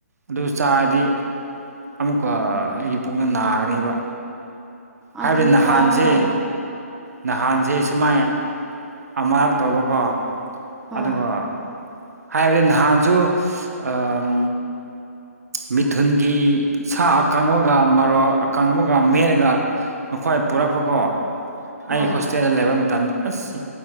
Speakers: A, on the right; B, in the centre.
A: ꯑꯗꯨ ꯆꯥꯔꯗꯤ ꯑꯃꯨꯛꯀ ꯑꯩꯒꯤ ꯄꯨꯛꯅ ꯅꯥꯒꯅꯦꯕ ꯍꯥꯏꯕꯗꯤ
B: ꯑꯗꯨ
A: ꯅꯍꯥꯟꯁꯦ
B: ꯇꯧ ꯍꯣꯏ
A: ꯅꯍꯥꯟꯁ ꯁꯨꯃꯥꯏ ꯑꯃꯔꯛ ꯇꯧꯕꯀꯣ
B: ꯍꯣꯏ
A: ꯑꯗꯨꯒ ꯍꯥꯏꯕꯗꯤ ꯅꯍꯥꯟꯁꯨ ꯑꯝ ꯃꯤꯊꯨꯟꯒꯤ ꯁꯥ ꯑꯀꯪ ꯕꯒ ꯃꯔꯣꯛ ꯑꯀꯪ ꯕꯒ ꯃꯦꯠꯂꯒ ꯅꯣꯏ ꯄꯨꯔꯛꯄꯀꯣ
B: ꯍꯣꯏ
A: ꯑꯩ ꯍꯣꯁꯇꯦꯜꯗ ꯂꯩꯕ ꯃꯇꯝꯗ ꯑꯁ